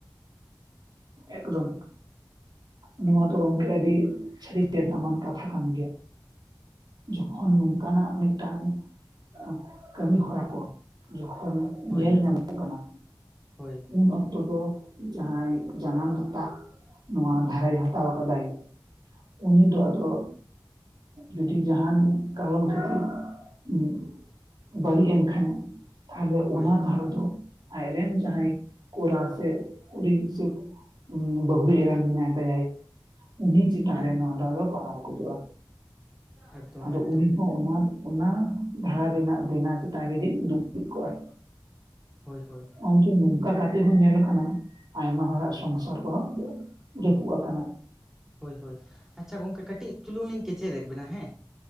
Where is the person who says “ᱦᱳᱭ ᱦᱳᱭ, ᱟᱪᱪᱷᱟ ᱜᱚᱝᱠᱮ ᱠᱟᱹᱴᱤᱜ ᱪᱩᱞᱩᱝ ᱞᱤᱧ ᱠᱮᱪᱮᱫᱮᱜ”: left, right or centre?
Centre